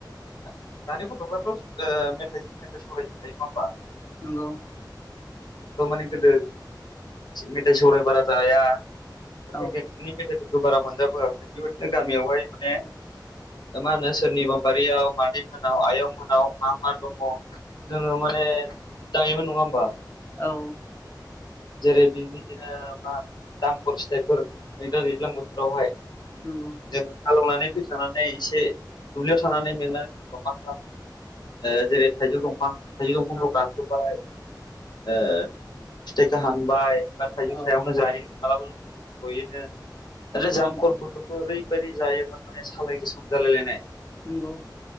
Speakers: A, on the left; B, on the left.
A: ओ दानि गथ'फ्राथ' ओ मेथाइ सेथाइजों थायो नङा होमबा?
B: नोंगौ।
A: माने गोदो मेथाइ सौराय बारा जाया। पेकेटनि
B: औ
A: मेथाइफोरखौ बारा मोनजाबोआखै बेबायदिनो गामियावहाय माने। मा होनो सोरनिबा बारियाव मादै मोनाव आयं मोनाव मा-मा दङ। जोङो माने जायोमोन नङा होमबा?
B: औ
A: जेरै बिबायदिनो मा दाम खर फिथाइफोर नैदा दैज्लां बोथोरावहाय।
B: नंगौ।
A: जों हालेवनानै फैखानानै एसे दुब्लियाव थानानै मेंनानै फैयोब्ला मा खालामो? जेरै थाइजौ दंफां थाइजौ दंफांखौ
B: औ
A: गाखोबाय। ओ फिथाइखौ हानबाय बा थाइजौ
B: औ
A: सायावनो जायो मालाबा ज'यैनो। जामखरफोरखौबो
B: नंगौ
A: ओरैबायदि जायोमोन माने सालाय गोसोम जालायलायनाय।
B: नोंगौ।